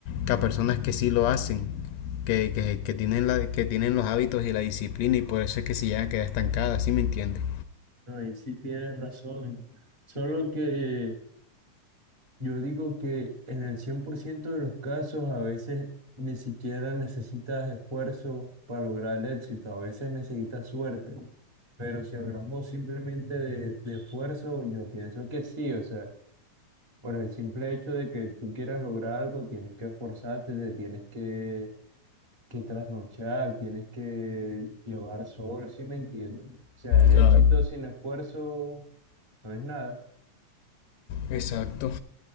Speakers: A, on the left; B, on the right.
A: que a personas que sí lo hacen, que, que, que tienen la, que tienen los hábitos y la disciplina y por eso es que se llegan a quedar estancadas, ¿sí me entiendes?
B: no, ahí sí tienes razón. Solo que yo digo que en el 100% de los casos a veces ni siquiera necesitas esfuerzo para lograr el éxito, a veces necesitas suerte. Pero si hablamos simplemente de, de esfuerzo, yo pienso que sí, o sea, por el simple hecho de que tú quieras lograr algo, tienes que esforzarte, te tienes que que trasnochar, tienes que llevar sol, si me entiendes? O sea, el éxito
A: Claro.
B: sin esfuerzo no es nada,
A: Exacto.